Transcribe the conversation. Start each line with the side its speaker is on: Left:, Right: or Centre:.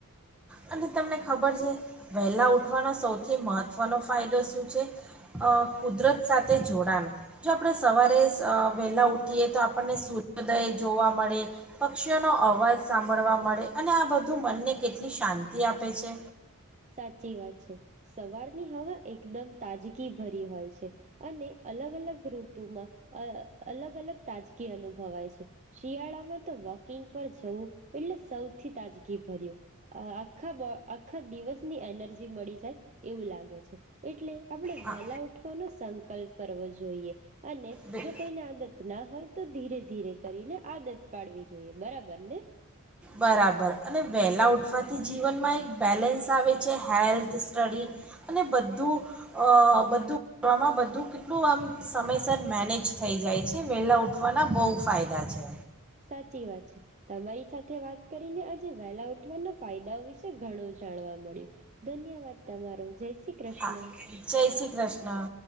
Centre: અને તમને ખબર છે વહેલા ઉઠવાનો સૌથી મહત્ત્વનો ફાયદો શું છે કુદરત સાથે જોડાણ જો આપણે સવારે વહેલા ઉઠીએ તો આપણને સૂર્યોદય જોવા મળે પક્ષીઓનો અવાજ સાંભળવા મળે અને આ બધું મનને કેટલી શાંતિ તિ આપે છે.
Right: સાચી વાત છે સવારની હવા એકદમ તાજગી ભરી હોય છે અને અલગ અલગ ઋતુમાં અલગ અલગ તાજગી અનુભવાય છે શિયાળામાં તો વોકિંગ પર જવું એટલે સૌથી તાજગી ભર્યું આખા આખા દિવસ ની એનર્જી મળી જાય એવું લાગે છે એટલે આપણે
Centre: હા
Right: વહેલા ઉઠવાનો સંકલ્પ કરવો જોઈએ અને
Centre: બે-
Right: જો કોઈને આદત ના હોય તો ધીરે ધીરે કરીને આદત પાડવી જોઈએ બરાબરને.
Centre: બરાબર અને વહેલા ઉઠવાથી જીવનમાં એક બેલેન્સ આવે છે હેલ્થ સ્ટડી અને બધું બધું કરવામાં બધું કેટલું આમ સમયસર મેનેજ થઈ જાય છે વહેલા ઉઠવાના બહુ ફાયદા છે.
Right: સાચી વાત છે તમારી સાથે વાત કરીને આજે વહેલા ઉઠવાના ફાયદાઓ વિશે ઘણું જાણવા મળ્યું ધન્યવાદ તમારો. જય શ્રી કૃષ્ણ
Centre: આ જય શ્રી કૃષ્ણ.